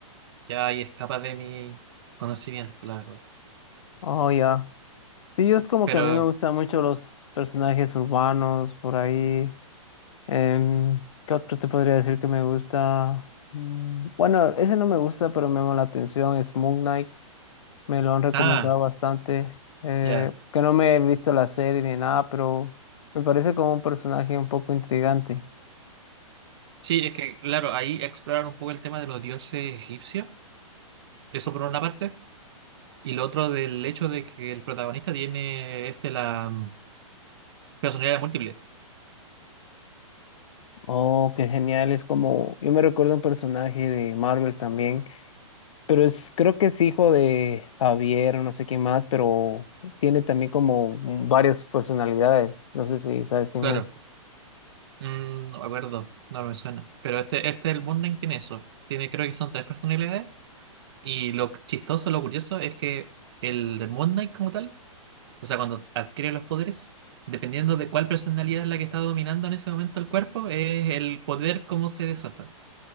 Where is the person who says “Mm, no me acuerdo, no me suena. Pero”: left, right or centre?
Right